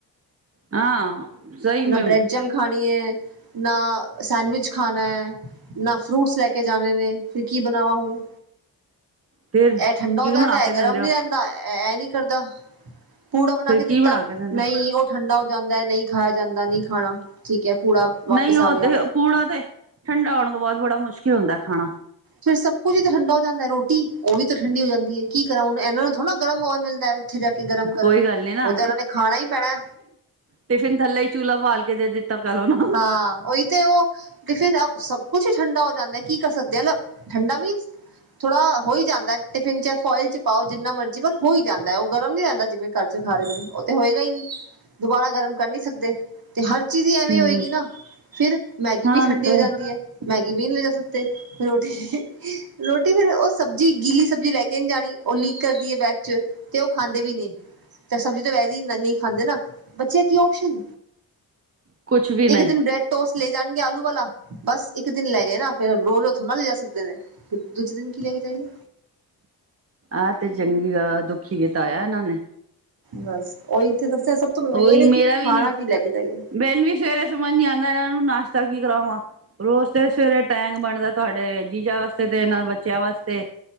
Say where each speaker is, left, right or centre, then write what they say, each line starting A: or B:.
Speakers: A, on the right (about 35°); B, on the right (about 60°).
A: ਹਾਂ ਸਹੀ ਮੈਂ
B: ਨਾ ਬ੍ਰੈਡ ਜੈਮ ਖਾਣੀ ਹੈ ਨਾ ਸੈਂਡਵਿਚ ਖਾਣਾ ਹੈ ਨਾ ਫਰੂਟਸ ਲੈ ਕੇ ਜਾਣੇ ਨੇ ਫਿਰ ਕੀ ਬਣਾਵਾਂ ਹੁਣ
A: ਫਿਰ
B: ਇਹ ਠੰਡਾ
A: ਕੀ
B: ਹੋ
A: ਬਣਾ
B: ਜਾਂਦਾ
A: ਕੇ
B: ਇਹ
A: ਦਿੰਦੇ
B: ਗਰਮ ਨੀ
A: ਹੋ
B: ਰਹਿੰਦਾ ਇਹ ਨਹੀਂ ਕਰਦਾ ਪੂੜਾ ਬਣਾ
A: ਫਿਰ
B: ਕੇ
A: ਕੀ
B: ਦਿੱਤਾ
A: ਕੇ ਦਿੰਦੇ ਹੋ
B: ਨਹੀਂ ਉਹ ਠੰਡਾ ਹੋ ਜਾਂਦਾ ਨਹੀਂ ਖਾਇਆ ਜਾਂਦਾ ਨਹੀਂ ਖਾਣਾ ਠੀਕ ਹੈ ਪੂੜਾ ਵਾਪਿਸ
A: ਨਹੀਂ ਉਹ
B: ਆ ਗਿਆ
A: ਤੇ ਪੂੜ ਤੇ ਠੰਡਾ ਆਉਣ ਤੋਂ ਬਾਅਦ ਬਥੋੜਾ ਮੁਸ਼ਕਿਲ ਹੁੰਦਾ ਖਾਣਾ
B: ਫੇਰ ਸਭ ਕੁੱਝ ਹੀ ਤਾਂ ਠੰਡਾ ਹੋ ਜਾਂਦਾ ਰੋਟੀ ਉਹ ਵੀ ਤਾਂ ਠੰਡੀ ਹੋ ਜਾਂਦੀ ਹੈ ਕੀ ਕਰਾਂ ਹੁਣ ਇਹਨਾਂ ਨੂੰ ਥੋੜ੍ਹਾ ਗਰਮ ਓਵਨ ਮਿਲਦਾ ਉੱਥੇ ਜਾ ਕੇ ਗਰਮ ਕਰਨ
A: ਕੋਈ ਗੱਲ ਨੀ ਨਾ
B: ਉਹ ਤਾਂ ਇਹਨਾਂ ਨੇ ਖਾਣਾ ਹੀ ਪੈਣਾ
A: ਤੇ ਫਿਰਨ ਥੱਲ ਹੀ ਚੂਲਾ ਬਾਲ ਕੇ ਦੇ ਦਿੱਤਾ ਕਰੋ ਨਾ
B: ਹਾਂ ਉਹੀ ਤੇ ਉਹ ਟਿਫਿਨ ਸਭ ਕੁਛ ਹੀ ਠੰਡਾ ਹੋ ਜਾਂਦਾ ਕੀ ਕਰ ਸਕਦੇ ਠੰਡਾ ਮੀਨਸ ਥੋੜਾ ਹੋਈ ਜਾਂਦਾ ਟਿਫਿਨ ਚ ਫੋਇਲ ਚ ਪਾਓ ਜਿੰਨਾ ਮਰਜੀ ਪਰ ਹੋਈ ਜਾਂਦਾ ਉਹ ਗਰਮ ਨੀ ਰ ਜਾਂਦਾ ਜਿਵੇਂ ਕਰਜ਼ ਖਾ ਰਿੰ ਨੇ ਉਹ ਤੇ ਹੋਏਗਾ ਹੀ ਨੀ ਦੁਬਾਰਾ ਗਰਮ ਕਰ ਨੀ ਸਕਦੇ ਤੇ ਹਰ ਚੀਜ਼ ਐਵੇਂ
A: ਹੂੰ।
B: ਹੋਏਗੀ ਨਾ ਫਿਰ ਮੈਗੀ
A: ਹਾਂ
B: ਵੀ ਠੰਡੀ
A: ਤੇ
B: ਹੋ ਜਾਂਦੀ ਹੈ ਮੈਗੀ ਵੀ ਨਹੀਂ ਲਗਾ ਸਕਤੇ ਰੋਟੀ ਰੋਟੀ ਫੇਰ ਉਹ ਸਬਜ਼ੀ ਗੀਲੀ ਸਬਜ਼ੀ ਲੈ ਕੇ ਨੀ ਜਾਣੀ ਉਹ ਲੀਕ ਕਰਦੀ ਹੈ ਬੈਗ ਚ ਤੇ ਉਹ ਖਾਂਦੇ ਵੀ ਨੇ ਤੇ ਸਬਜ਼ੀ ਤੋਂ ਵੈ ਨਹੀਂ ਖਾਂਦੇ ਨਾ ਬੱਚੇ ਕੀ ਓਸ਼ਨ
A: ਕੁਛ ਵੀ ਨਹੀਂ
B: ਇੱਕ ਦਿਨ ਬ੍ਰੈਡ ਟੋਸ ਲੈ ਜਾਣਗੇ ਆਲੂ ਵਾਲਾ ਬਸ ਇੱਕ ਦਿਨ ਲੈ ਗਏ ਨਾ ਫੇਰ ਰੋਜ਼ ਥੋਂੜ ਨਾ ਲੈ ਜਾ ਸਕਦੇ ਨੇ ਅਤੇ ਦੂਜੇ ਦਿਨ ਕੀ ਲ ਹੈਗੀ ਤੁ ਜੀ
A: ਆਹ ਤੇ ਚੰਗੀ ਆ ਦੁਖੀ ਕੀਤਾ ਹੋਇਆ ਇਹਨਾਂ ਨੇ
B: ਬਸ ਉਹ ਇੱਥੇ ਦੱਸਿਆ ਸਭ ਤੋਂ ਮੇਨ
A: ਉਹੀ
B: ਹੈ
A: ਮੇਰਾ
B: ਕਿ
A: ਵੀ
B: ਖਾਣਾ
A: ਨੀ
B: ਕੀ ਲੈ ਕੇ ਜਾਏਗਾ
A: ਮੈਨੂੰ ਵੀ ਸਵੇਰੇ ਸਮਝ ਨੀ ਆਉਂਦਾ ਇਹਨਾਂ ਨੂੰ ਨਾਸ਼ਤਾ ਕੀ ਕਰਾਵਾਂ ਰੋਜ਼ ਤੇ ਸਵੇਰੇ ਟੈਂਗ ਬਣਦਾ ਤੁਹਾਡੇ ਜੀਜਾਂ ਵਾਸਤੇ ਤੇਨਾਂ ਬੱਚਿਆਂ ਵਾਸਤੇ